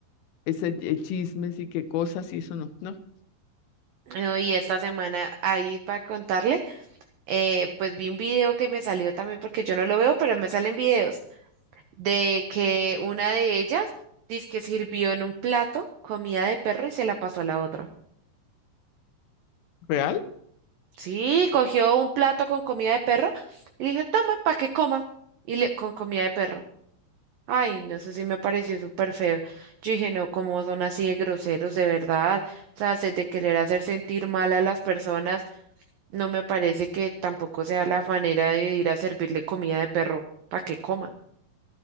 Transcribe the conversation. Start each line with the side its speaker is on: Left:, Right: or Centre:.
Left: ese eh, chismes y qué cosas y eso no, no,
Right: eh, y esta semana ahí para contarle, eh, pues vi un video que me salió también porque yo no lo veo, pero me salen videos de que una de ellas que sirvió en un plato comida de perro y se la pasó a la otra.
Left: real.
Right: Sí, cogió un plato con comida de perro y le dijo, toma, para que coma. Y le, con comida de perro. Ay, no sé si me pareció súper feo. Yo dije, no, cómo son así de groseros, de verdad. O sea, se- de querer hacer sentir mal a las personas, no me parece que tampoco sea la manera de ir a servirle comida de perro para que coma.